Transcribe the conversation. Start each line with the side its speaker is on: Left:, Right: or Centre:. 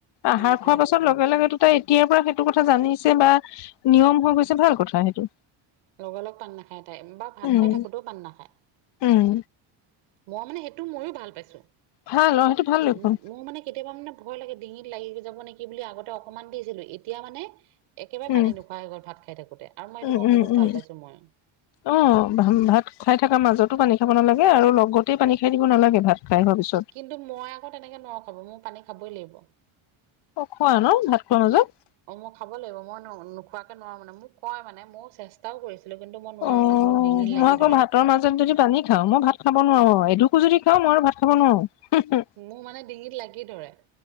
Left: আহাৰ
Right: অ নাখায়
Left: খোৱা পাছত লগ লগলগেটো তাই এতিয়াৰ পৰা কথা জানিছে বা নিয়ম হৈ গৈছে ভাল কথা সেইটো।
Right: লগা লগ পানী নাখায় তাই বা ভাত
Left: উম
Right: খাই থাকোঁতেও পানী নাখায়।
Left: উম।
Right: মই মানে সেইটো ময়ো ভাল পাইছো
Left: ভাল অ সেইটো ভাল লক্ষণ
Right: উ মোৰ মানে কেতিয়াবা মানে ভয় লাগে ডিঙিত লাগি যাব নেকি বুলি আগতে অকমান দিছিলো, এতিয়া মানে একেবাৰে
Left: উম
Right: পানী নোখোৱা হৈ গ'ল ভাত খাই থাকোতে। আৰু মই এইটো
Left: উম
Right: মই
Left: উম
Right: বহুত
Left: উম
Right: ভাল পাইছো মইয়ো।
Left: অ' ভাত খাই থকা মাজতো পানী খাব নালাগে, আৰু লগতেই পানী খাই দিব নালাগে ভাত। খাই হোৱা পিছত।
Right: কিন্তু, মই আকৌ তেনেকে নোৱাৰো খাব, মই পানী খাবই লাগিব।
Left: অ' খোৱা ন' ভাত খোৱাৰ মাজত।
Right: অ। অ' মই খাব লাগিব, মই নোখোৱাকে নোৱাৰোঁ মানে মোক কয় মানে মই চেষ্টাও কৰিছিলোঁ। হ'লেও কিন্তু মই নোৱাৰোঁ
Left: অ
Right: মানে মোৰ ডিঙিত লাগি
Left: মই আকৌ
Right: ধৰে।
Left: ভাতৰ মাজত যদি পানী খাওঁ মই ভাত খাব নোৱাৰোঁ, এডোখো যদি খাওঁ মই আৰু ভাত খাব নোৱাৰোঁ। হি হি
Right: মোৰ মানে ডিঙিত লাগি ধৰে।